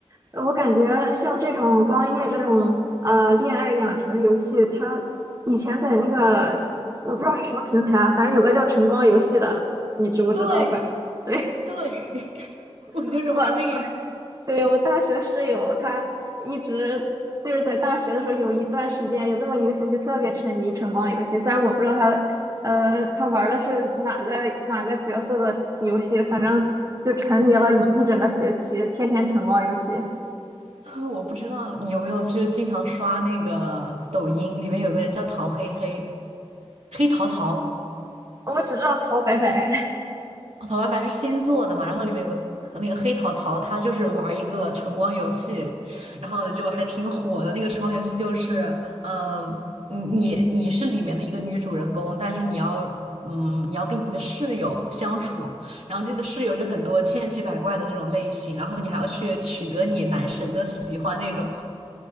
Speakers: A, on the right; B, on the right.
A: 呃我感觉像这种光夜这种呃恋爱养成游戏，它以前在那个我不知道是什么平台啊，反正有个叫晨光游戏的，你知不知道？
B: 对，
A: 反对
B: 对，<laughs>
A: <laughs>
B: 我就是玩那一种，
A: 我对我大学室友，她一直就是在大学的时候有一段时间，有那么一个学期特别沉迷晨光游戏，虽然我不知道他呃他玩的是哪个哪个角色的游戏，反正就沉迷了一一整个学期，天天晨光游戏。
B: <laughs> 我不知道你有没有，就是经常刷那个抖音，里面有个人叫陶黑黑，黑桃桃，
A: 我只知道陶白白。
B: 哦草白白是新做的嘛，然后里面有个那个黑桃桃，他就是玩一个橙光游戏，然后就还挺火的。那个橙光游戏就是，嗯，你你你是里面的一个女主人公，但是你要，嗯，你要跟你的室友相处，然后这个室友就很多千奇百怪的那种类型，然后你还要去取得你男神的喜欢那种。